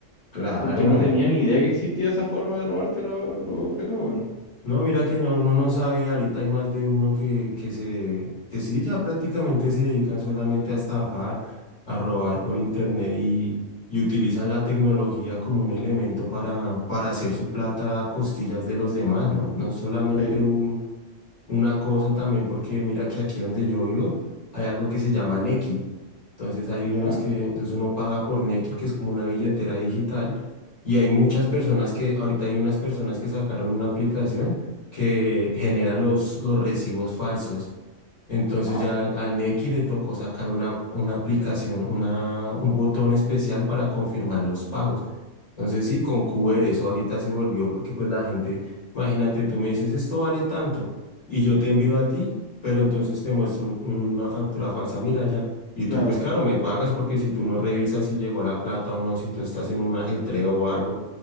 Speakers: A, on the left; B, on the left.
A: claro.
B: Porque no tenía ni idea que existía esa forma de robarte los, los objetos, weón.
A: No, mira que no, uno no sabe y ahorita hay más de uno que, que se, que sí, ya prácticamente se dedican solamente a estafar, a robar por internet y, y utilizan la tecnología como un elemento para, para hacer su plata a costillas de los demás, ¿no? No solamente
B: Sí,
A: un, una cosa también, porque mira que aquí donde yo vivo hay algo que se llama Nequi. Entonces hay
B: ¿ya?
A: unas que, entonces uno paga por Nequi, que es como una billetera digital, y hay muchas personas que, ahorita hay unas personas que sacaron una aplicación que genera los, los recibos falsos. Entonces
B: Ah,
A: ya al, al Nequi le tocó sacar una, una aplicación, una, un botón especial para confirmar los pagos. Entonces sí, con QR eso ahorita se volvió porque pues la gente, imagínate, tú me dices esto vale tanto y yo te envío a ti, pero entonces te muestro un- una factura falsa, mira ya. Y
B: claro.
A: tú pues claro, me pagas porque si tú no revisas si llegó la plata o no, si tú estás en un ajetreo o algo,